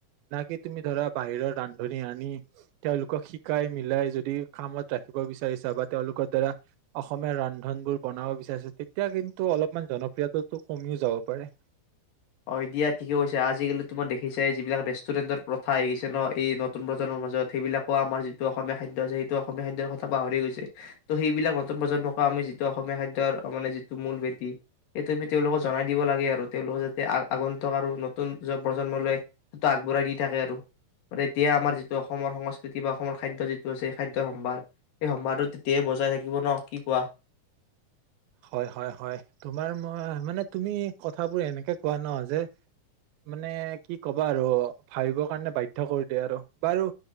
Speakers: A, on the right; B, on the left.
A: ন কি তুমি ধৰা বাহিৰৰ ৰান্ধনি আনি তেওঁলোকক শিকাই মিলাই যদি খামত ৰাখিব বিচাৰিছা বা তেওঁলোকৰ দ্বাৰা অসমীয়া ৰন্ধন বোৰ বনাব বিচাৰিছা তেতিয়া কিন্তু অলপমান জনপ্ৰিয়তো কমিও যাব পাৰে
B: অ দিয়া ঠিকে কৈছে আজিকালি তোমাৰ দেখিছাই যিবিলাক ৰেষ্টুৰেণ্টৰ প্ৰথা আহি গিছে ন এই নতুন প্ৰজন্মৰ মাজত সেইবিলাকো আমাৰ যিটো অসমীয়া খাদ্য আছে সেইটো অসমীয়া খাদ্যৰ কথা পাহৰি গৈছে ত' সেইবিলাক নতুন প্ৰজন্মকো আমি যিটো অসমীয়া খাদ্য ত মানে যিটো মূল বেটি এইটো আমি তেওঁলোকক জনাই দিব লাগে আৰু তেওঁলোকক যে তে আগন্তুক আৰু নতুন প্ৰজন্মলৈ সেইটো আগবঢ়াই দি থাকে আৰু মান তেতিয়াই আমাৰ যিটো অসমৰ সংস্কৃতি বা অসমৰ খাদ্য যিটো আছে স খাদ্যয়ৰ সম্ভাৰ সেই সম্ভাৰটো তেতিয়াই বজাই থাকিব ন কি কোৱা
A: হয় হয় হয় তোমাৰ মই মানে তুমি কথাবোৰ এনেকে কোৱা ন যে মানে কি কবা আৰু ভাবিব কাৰণে বাধ্য কৰি দিয় আৰু বাৰু